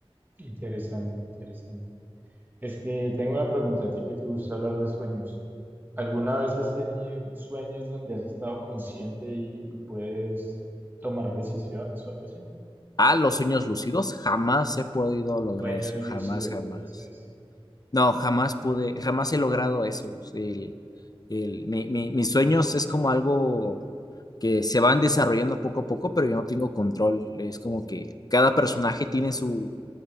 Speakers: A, on the right (about 20°); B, on the left (about 40°).
A: interesante, interesante. Este, tengo una pregunta a ti que te gusta hablar de sueños. ¿Alguna vez has tenido sueños donde has estado consciente y, y puedes tomar decisiones o algo así?
B: Ah, los sueños lúcidos, jamás he podido lograr
A: Sueños
B: eso,
A: lúcidos,
B: jamás, jamás.
A: eso es.
B: No, jamás pude, jamás he logrado eso. El, el- mi- mi- mis sueños es como algo que se van desarrollando poco a poco, pero yo no tengo control. Es como que cada personaje tiene su,